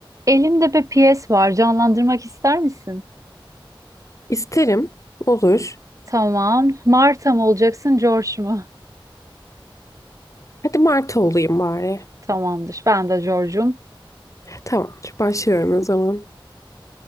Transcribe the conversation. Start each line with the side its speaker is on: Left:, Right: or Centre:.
Right: Elimde bir piyes var. Canlandırmak ister misin?
Left: İsterim. Olur.
Right: Tamam. Marta mı olacaksın, George mu?
Left: Hadi Marta olayım bari.
Right: Tamamdır. Ben de George'um.
Left: Tamam Başlıyorum o zaman.